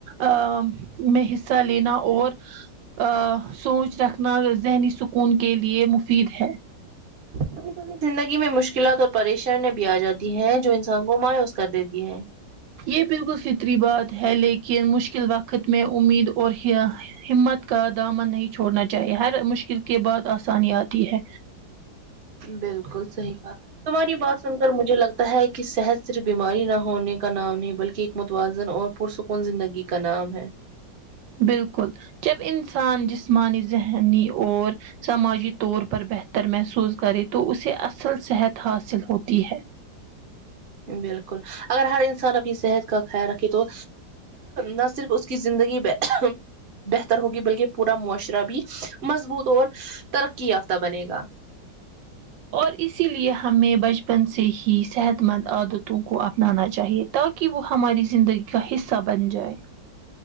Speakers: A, on the right (about 80°); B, on the right (about 45°).
A: آ میں حصہ لینا اور آ سوچ رکھنا ذہنی سکون کے لیے مفید ہے
B: <unintelligible> زندگی میں مشکلات اور پریشانیا بھی آ جاتی ہیں جو انسان کو مایوس کر دیتی ہے
A: یہ بالکل فطری بات ہے لیکن مشکل وقت میں امید اور ہمت کا دامن نہیں چھوڑنا چاہیے ہر مشکل کے بعد آسانی آتی ہے
B: بالکل صحی کہا تمہاری بات سن کر مجھے لگتا ہے کی صحت صرف بیماری نہ ہونے کا نام نہیں بلکی ایک متوازن اور پرسکون زندگی کا نام ہے
A: بالکل جب انسان جسمانی ذہنی اور سماجی طور پر بہتر محسوس کرے تو اسے اصل صحت حاصل ہوتی ہے
B: بالکل اگر ہر انسان اپنی صحت کا خیال رکھے تو نہ صرف اس کی زندگی میں بہتر ہوگی بلکی پورا معاشرہ بھی مضبوط اور ترقی یافتہ بنے گا
A: اور اسی لیے ہمیں بچپن سے ہی صحت مند عادتوں کو اپنانا چاہیے تاکہ کی وہ ہماری زندگی کا حصہ بن جائے